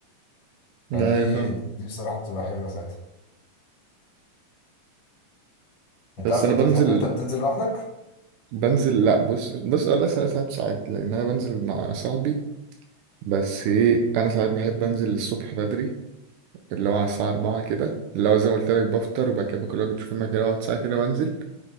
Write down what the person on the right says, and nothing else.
ما
هي فاهم
بس
انا
بنزل
بنزل لا بص بص والله ثلاث ساعات ساعات لان انا بنزل مع صاحبي بس ايه انا ساعات بحب انزل الصبح بدري اللي هو على الساعة 4 كده اللي هو زي ما قلت لك بفطر وبعد كده كل واحد بيشوف المكان اقعد ساعة كده وانزل